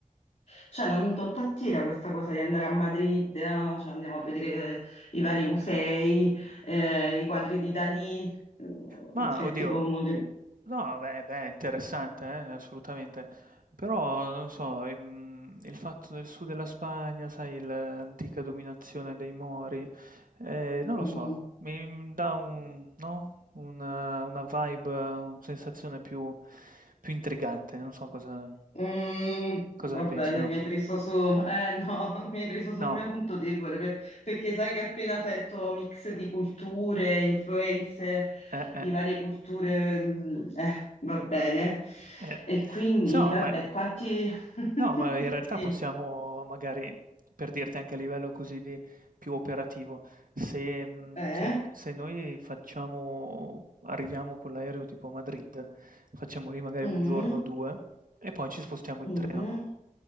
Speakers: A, on the left; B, on the right.
A: cioè non, non t'attira questa cosa di andare a Madrid, eh? Cioè, andiamo a vedere i vari musei, eh, i quadri di Dalì, mm,
B: Ma
A: che
B: oddio,
A: è tipo uno dei...
B: No, beh, beh, interessante, eh, assolutamente. Però, non so, ehm, il fatto del sud della Spagna, sai, il- l'antica dominazione dei Mori, eh, non
A: Mm.
B: lo so, mi mi dà un, no? Una, una vibe, una sensazione più, più intrigante, non so cosa,
A: Mm,
B: cosa
A: va
B: ne pensi,
A: bene,
B: no?
A: mi hai preso su, eh, no, <laughs> mi hai preso sul
B: No.
A: mio punto debole per- perché sai che appena sento mix di culture, influenze
B: Eh, eh,
A: di varie culture, mm, eh, va bene.
B: eh.
A: E quindi,
B: Se no,
A: vabbè,
B: beh,
A: quanti... <laughs>
B: No, ma in realtà
A: Sì,
B: possiamo magari, per dirti anche a livello così di più operativo, se, mhmm,
A: eh?
B: se se noi facciamo arriviamo con l'aereo tipo a Madrid, facciamo lì magari
A: Mm,
B: 1 giorno o 2 e poi ci spostiamo
A: mm.
B: in treno,